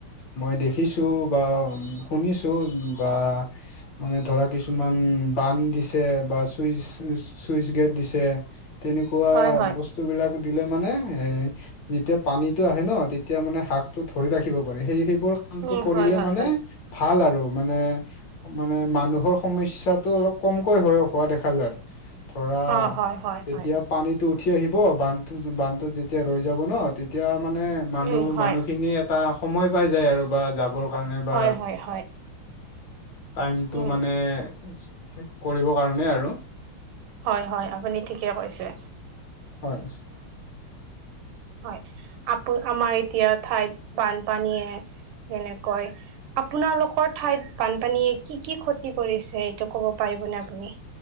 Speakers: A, on the left; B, on the right.
A: মই দেখিছোঁ বা শুনিছোঁ বা মানে ধৰা কিছুমান বান্ধ দিছে। এ বা চুইচ চুইচ গেট দিছে। তেনেকুৱা
B: হয়, হয়।
A: বস্তু বস্তু বিলাক দিলে মানে এ যেতিয়া পানীতো আহে ন, তেতিয়া মানে শাকটো ধৰি ৰাখিব পাৰে। সেই সেইবোৰক কামতো
B: উম,
A: কৰিলে
B: হয়, হয়,
A: মানে
B: হয়।
A: ভাল আৰু মানে-মানে মানুহৰ সমস্যাটো অলপ কম কৈ হোৱা দেখা যায়। ধৰা
B: অ', হয়, হয়,
A: যেতিয়া
B: হয়,
A: পানীতো উঠি আহিব বান্ধটো বান্ধটোত যেতিয়া ৰৈ যাব ন তেতিয়া মানে মানুহ
B: উম, হয়,
A: মানুহখিনিয়ে এটা সময় পাই যায় আৰু বা যাবৰ কাৰণে বা
B: হয়, হয়, হয়।
A: টাইমটো
B: উম,
A: মানে শেষ কৰিবৰ কাৰণে আৰু।
B: হয়-হয় আপুনি ঠিকে কৈছে।
A: হয়
B: হয়, আপোন আমাৰ এতিয়া ঠাইত বানপানীয়ে যেনেকৈ আপোনালোকৰ ঠাইত বানপানীয়ে কি কি ক্ষতি কৰিছে এইটো ক'ব পাৰিবনে আপুনি?